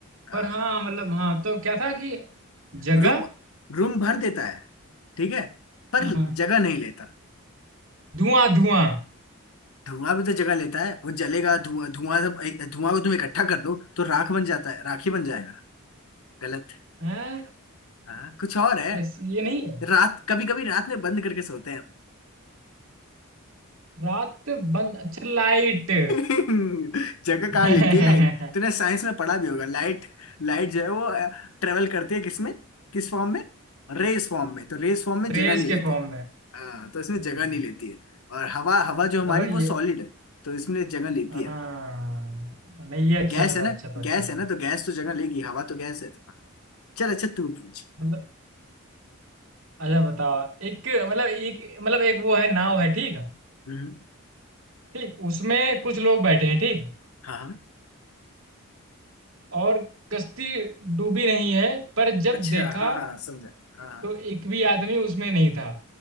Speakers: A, on the left; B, on the right.
A: हाँ
B: पर हाँ मतलब हाँ तो क्या था कि जगह
A: रूम रूम भर देता है ठीक है पर
B: हाँ
A: जगह नहीं लेता
B: धुआं धुआं
A: धुआं भी तो जगह लेता है वो जलेगा धुआं धुआं सब ए- धुआं को तुम इकट्ठा कर दो तो राख बन जाता है राखी बन जाएगा गलत
B: हैं
A: हाँ कुछ और है
B: ऐसे ये नहीं है
A: रात कभी कभी रात में बंद करके सोते हैं
B: रात बंद अच्छा लाइट
A: <laughs> जगह कहाँ
B: <laughs>
A: लेती है लाइट तूने साइंस में पढ़ा भी होगा लाइट लाइट जो है वो ट्रेवल करती है किसमें किस फॉर्म में रेस फॉर्म में तो रेस फॉर्म में जगह
B: रेस
A: नहीं
B: के
A: लेते
B: फॉर्म में
A: हाँ तो
B: हम्म।
A: इसमें जगह नहीं लेती है और हवा हवा जो
B: चलो
A: हमारी
B: ये
A: वो सॉलिड है तो इसमें जगह लेती
B: हाँ
A: है
B: नहीं ये अच्छा
A: गैस है
B: था
A: ना
B: अच्छा था अच्छा
A: गैस
B: था
A: है ना तो गैस तो जगह लेगी हवा तो गैस है चल अच्छा तू पूछ
B: मतलब अच्छा बताओ एक मतलब एक मतलब एक वो है नाव है ठीक है
A: हम्म
B: ठीक उसमें कुछ लोग बैठे हैं ठीक
A: हाँ हाँ
B: और कश्ती डूबी नहीं है पर जब
A: अच्छा
B: देखा
A: हाँ हाँ समझा हाँ
B: तो एक भी आदमी उसमें नहीं था